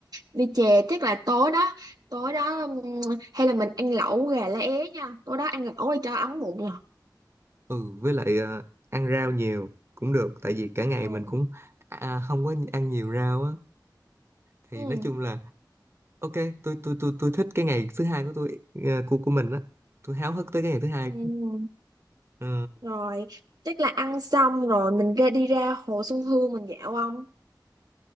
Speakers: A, on the right (about 60°); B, on the right (about 35°).
A: đi chè chắc là tối đó tối đó ừm, hay là mình ăn lẩu gà lá é nha tối đó ăn lẩu để cho ấm bụng nè
B: ừ với lại ờ, ăn rau nhiều cũng được tại vì cả ngày
A: ừ
B: mình cũng à, không có ăn nhiều rau á thì
A: ừ
B: nói chung là ok tôi tôi tôi tôi thích cái ngày thứ hai của tôi ờ, của của mình á tôi háo hức tới cái ngày thứ hai
A: ừ.
B: Ờ,
A: rồi chắc là ăn xong rồi mình ra đi ra hồ Xuân Hương mình dạo không